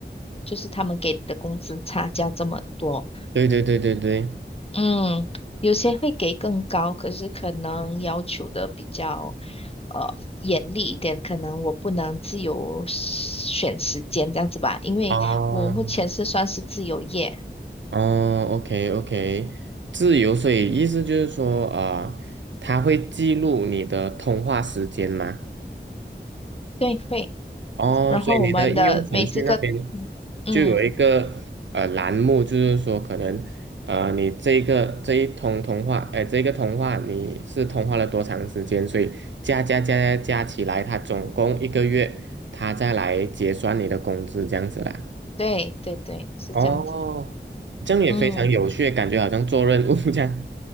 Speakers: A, on the left (about 30°); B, on the right (about 85°).
A: 就是他们给的工资差价这么多，
B: 对对对对对，
A: 嗯，有些会给更高，可是可能要求的比较。呃严厉一点，可能我不能自由选时间这样子吧，因为我目前是算是自由业，
B: 哦。哦，OK OK，自由，所以意思就是说，啊，它会记录你的通话时间吗？
A: 对，会。
B: 哦，
A: 然后我们的每这个，
B: 所以你的应用程序那边
A: 嗯，
B: 就有一个呃栏目，就是说可能呃你这个这一通通话，哎、这个通话你是通话了多长时间？所以加加加加加起来，它总共一个月，他再来结算你的工资这样子啦。
A: 对对对，是这样子，
B: 哦，这样也非常有趣，
A: 嗯。
B: 感觉好像做任务这样。